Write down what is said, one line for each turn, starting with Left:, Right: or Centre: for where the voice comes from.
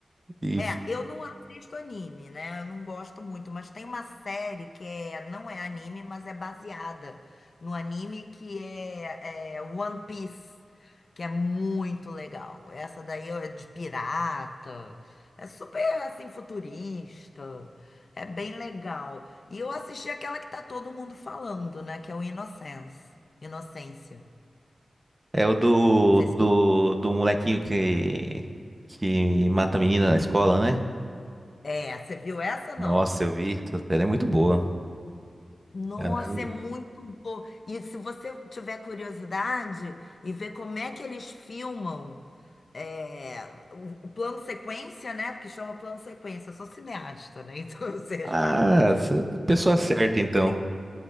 Right: E
Left: É,
Right: f-
Left: eu não assisto anime, né? Eu não gosto muito, mas tem uma série que é, não é anime, mas é baseada no anime que é, é One Piece, que é muito legal. Essa daí é de pirata, é super assim futurista, é bem legal. E eu assisti aquela que tá todo mundo falando, né? Que é o Innocence, Inocência. Não
Right: É o do,
Left: sei se-
Right: do, do molequinho que, que mata a menina na escola, né?
Left: É, você viu essa
Right: Nossa,
Left: não?
Right: eu vi. Essa série é muito boa.
Left: Nossa,
Right: Caramba.
Left: é muito bom. E se você tiver curiosidade e ver como é que eles filmam é, o o plano sequência, né? Porque chama plano sequência, eu sou cineasta, né? <laughs> Então eu sei
Right: Ah,
Left: as paradas.
Right: cê- pessoa certa, então.
Left: Ele